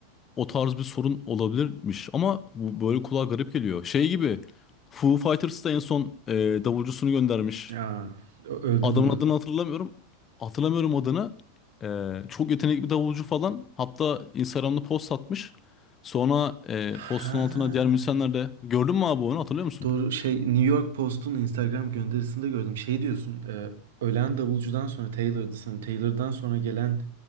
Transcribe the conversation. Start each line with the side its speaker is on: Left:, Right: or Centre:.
Left: O tarz bir sorun olabilirmiş ama bu böyle kulağa garip geliyor. Şey gibi Foo Fighters da en son e, davulcusunu göndermiş.
Right: Ya ö- öldü
Left: Adamın
Right: bu arada.
Left: adını hatırlamıyorum. Hatırlamıyorum adını. E, çok yetenekli bir davulcu falan. Hatta Instagram'da post atmış. Sonra e,
Right: Ha.
Left: postun altına diğer müzisyenler de gördün mü abi onu hatırlıyor musun?
Right: Doğru şey New York Post'un Instagram gönderisinde gördüm. Şey diyorsun e, ölen davulcudan sonra Taylor'dı sanırım. Taylor'dan sonra gelen